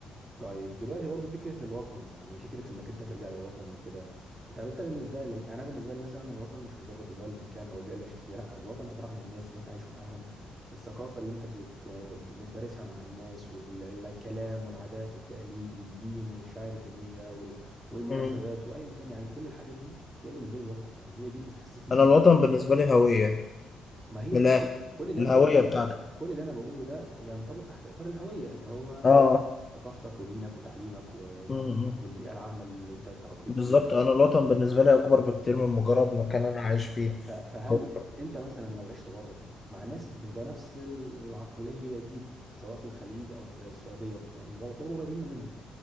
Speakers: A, in the centre; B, on the left (about 30°).
A: طيب دلوقتي برضو فكرة الوطن يعني فكرة انك انت ترجع للوطن وكده طب انت بالنسبة لك انا بالنسبة لي مثلا الوطن مش مجرد اللي هو المكان او البيئة اللي عشت فيها لا الوطن عبارة عن الناس اللي انت عايش معاهم الثقافة اللي انت بت... بتمارسها مع الناس والكلام والعادات والتقاليد والدين والشعائر الدينية وال... والمناسبات
B: مم.
A: وايا كان يعني كل الحاجات دي هي بالنسبة لي الوطن يعني هي دي اللي بتحسسني
B: انا
A: ان
B: الوطن
A: انا
B: بالنسبة لي هوية
A: ما هي
B: من
A: كل
B: الاخر
A: كل اللي
B: الهوية
A: انا بقوله ده
B: بتاعتك
A: كل اللي انا بقوله ده ينطبق تحت اطار الهوية اللي هو
B: اه
A: ثقافتك ودينك وتعليمك و...
B: مم.
A: والبيئة العامة اللي انت اتربيت
B: بالظبط
A: فيها
B: انا الوطن بالنسبه لي اكبر بكتير من مجرد مكان انا عايش فيه
A: ف... فهل
B: أو-
A: انت مثلا لو عشت بره مع ناس بنفس العقلية دي سواء في الخليج او في السعودية يعني يعتبروا قريبين مننا